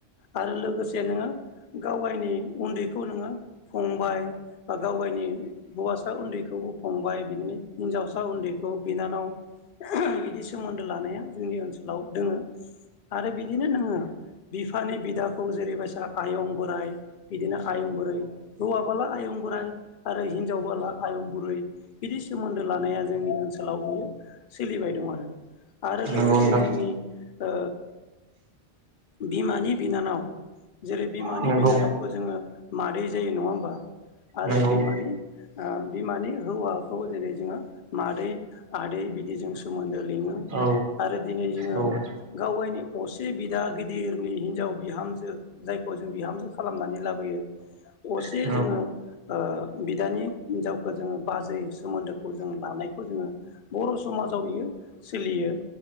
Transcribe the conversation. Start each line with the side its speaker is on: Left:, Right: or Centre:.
Left: आरो लोगोसे नोंङो गाव गायनि उन्दैखौ नोङो फंबाय बा गाव गावनि हौवासा उन्दैखौबो फंबाय बिदिनो हिन्जावसा उन्दैखौ बिनानाव बिदि सोमोन्दो लानाया जोंनि ओनसोलाव दोंङों। आरो बिदिनो नोङो बिफानि बिदाखौ जेरैबायसा आयं बोराइ। बिदिनो आयं बुरै हौवाबला आयं बोराइ आरो हिनजाव बाला आयं बुरै। बिदि सोमोन्दो लानाया जोंनि ओनसोलाव बियो सोलिबाय दं आरो। आरो
Right: नंगौ
Left: लोगोसे
Right: नंगौ
Left: जोंनि ओ बिमानि बिनानाव जेरै बिमानि
Right: नंगौ
Left: बिनानाव ओ मादै जायो नङा होमबा आरो
Right: नंगौ
Left: बिमानि ओ बिमानि हौवा खौ जेरै जोङो मादै आदै बिदिजों सोमोन्दो लिङो
Right: औ
Left: आरो दिनै जोङो
Right: औ नंगौ
Left: गाव गावनि असे बिदा गिदिरनि हिनजाव बिहामजो जायखौ जों बिहामजो खालामनानै लाबोयो असे
Right: नंगौ नोंथां नंगौ औ
Left: जोङो ओ बिदानि हिनजावखौ जोङो बाजै सोमोन्दोखौ जों लानाय। खौ जोङो बर' समाजाव बियो सोलियो